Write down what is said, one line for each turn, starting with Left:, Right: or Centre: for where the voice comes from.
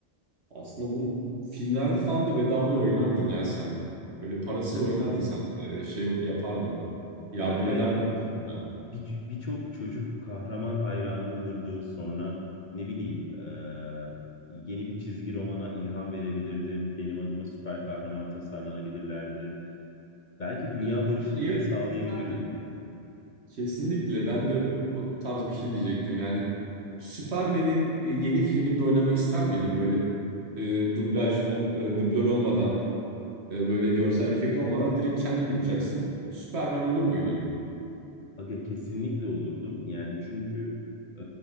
Right: Aslında bu filmlerde falan da bedavaya oynardın ya sen. Böyle parasız
Left: Tabii.
Right: oynardın sen. Ee, şey yapardın. Yardım
Left: Ya evet
Right: ederdin. filmlere.
Left: bir- birçok çocuk kahraman hayranım olurdu. Sonra ne bileyim e, yeni bir çizgi romana ilham verebilirdim. Benim adıma süper kahraman tasarlanabilirlerdi. Belki dünya
Right: Ee,
Left: barışını
Right: şeyi
Left: bile
Right: oynamak
Left: sağlayabilirdim.
Right: ister miydin? Kesinlikle ben de o tarz bir şey diyecektim. Yani Superman'in e, yeni filminde oynamak ister miydin? Böyle e, dublaj, ol, e, dublör olmadan, e, böyle görsel efekt olmadan direkt kendin uçacaksın. Superman olur muydun?
Left: Aga kesinlikle olurdum. Yani çünkü e,